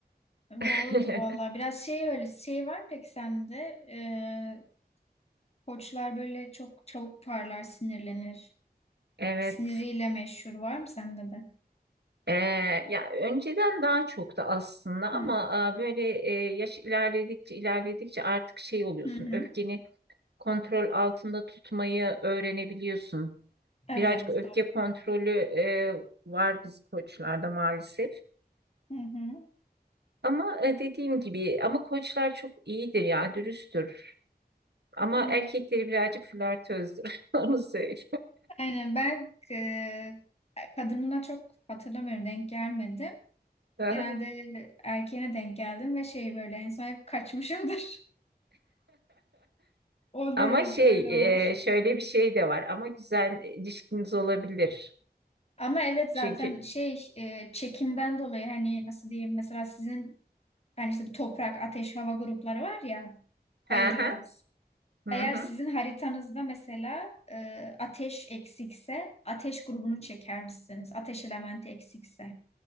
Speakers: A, on the right; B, on the left.
A: <laughs>
B: Doğrudur vallahi. Biraz şey öyle. Şey var mı peki sende? Ee, koçlar böyle çok çabuk parlar, sinirlenir.
A: Evet.
B: Siniriyle meşhur var mı sende de?
A: Ee, ya önceden daha çok da aslında
B: Hı
A: ama e, böyle e, yaş ilerledikçe ilerledikçe artık şey oluyorsun.
B: hı. hı.
A: Öfkeni kontrol altında tutmayı öğrenebiliyorsun.
B: Evet.
A: Birazcık öfke
B: Doğru.
A: kontrolü e, var biz koçlarda maalesef.
B: Hı hı.
A: Ama e, dediğim gibi ama koçlar çok iyidir ya, dürüsttür.
B: Hı.
A: Ama erkekleri birazcık flörtözdür. <laughs> Onu söyleyeyim.
B: Aynen ben e, kadınına çok hatırlamıyorum denk gelmedim.
A: <laughs>
B: Genelde erkeğine denk geldim ve şey böyle en son hep kaçmışımdır. <laughs> O
A: Ama
B: derece
A: şey
B: öyle olur.
A: e, şöyle bir şey de var. Ama güzel ilişkiniz olabilir.
B: Ama evet zaten
A: Çünkü
B: şey e, çekimden dolayı hani nasıl diyeyim mesela sizin hani işte bu toprak, ateş, hava grupları var ya
A: hı
B: ayırıyoruz.
A: hı hı.
B: Eğer
A: hı.
B: sizin haritanızda mesela e, ateş eksikse ateş grubunu çeker misiniz? Ateş elementi eksikse.